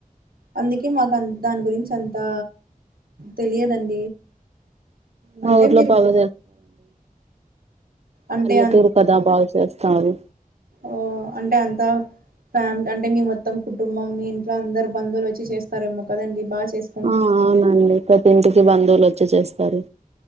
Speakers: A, on the right; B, on the right.
A: అందికే మాకు అన్ దాని గురించి అంతా తెలియదన్
B: మా
A: అంటే
B: ఊర్లో
A: మీరు.
B: బాగా
A: అంటే
B: పల్లెతూరు కదా బాగు చేస్తారు.
A: ఓ అంటే అంతా. ఫ్యామి అంటే మీ మొత్తం కుటుంబం మీ ఇంట్లో అందరు బంధువులు వచ్చి చేస్తారేమో కదండి బా చేస్.
B: ఆ అవునండి ప్రతి ఇంటికి బంధువులు వచ్చి చేస్తారు.